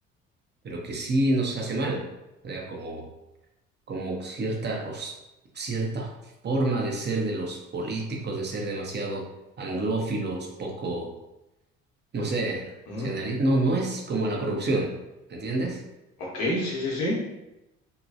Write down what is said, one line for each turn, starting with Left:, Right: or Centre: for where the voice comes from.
Right: pero que sí nos hace mal. O sea, como como cierta, cos- cierta forma de ser de los políticos, de ser demasiado anglófilos, poco, no sé,
Left: mm,
Right: nacionalistas. No, no es como la corrupción, ¿entiendes?
Left: ok, sí, sí, sí.